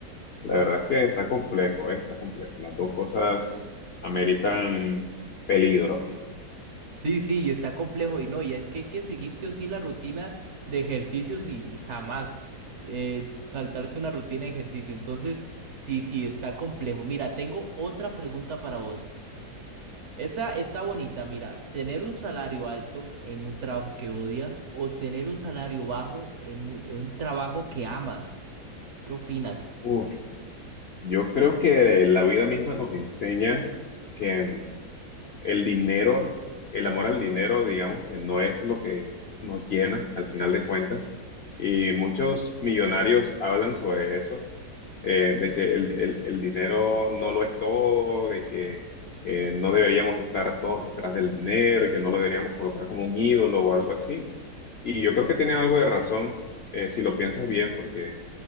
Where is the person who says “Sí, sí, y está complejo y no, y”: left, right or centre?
Right